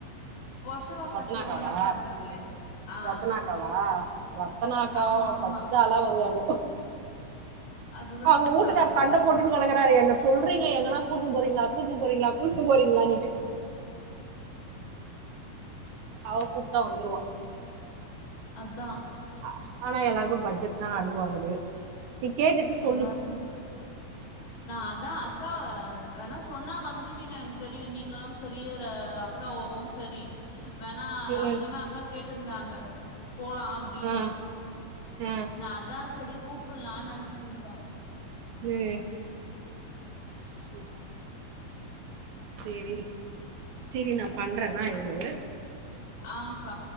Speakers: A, on the left; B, on the right.
A: பொரஷிவாக்கத்திலே
B: ரத்னாக்காவா
A: இன்னொன் அக்கா இருக்காங்களே ஆ
B: ரத்னாக்காவா ரத்னாக்கா
A: ஆமா ஆமா
B: ஃபர்ஸ்ட்டு ஆளா வருவாங்க
A: அதுதா
B: அவுங் வூட்டுக்கார்
A: சொல்றே
B: சண்ட போட் டுன் கெடக்கறாரு என்ன சொல்றீங்க எங்கனா கூட்டுன் போறீங்களா கூட்டுன் போறீங்களா கூட்டுன் போறீங்களானீட்டு அவ கூப்ட்டா வந்துருவா
A: அதா
B: அ ஆனா எல்லாருக்கு பட்ஜெட்தா அடிவாங்குது நீ கேட்டுட்டு சொல்லு
A: எல்லாருக்கு நா அதா அக்கா வேணா சொன்னா வந்துருவீங்க என தெரியு நீங்களு செரி அ அக்காவாவு செரி வேணா
B: ம்,
A: லாஸ்ட்
B: ம்.
A: டைமே அக்கா கேட்டிருந்தாங்க போலா அப்டின்னு
B: ஆ ஆ
A: நா அதா செரி கூப்பிட்லான் நெனச்சுன்ருந்தே
B: ஏ <inaudible> சேரி டி சேரி நா பண்றேன்னா இரு
A: ஆங்கா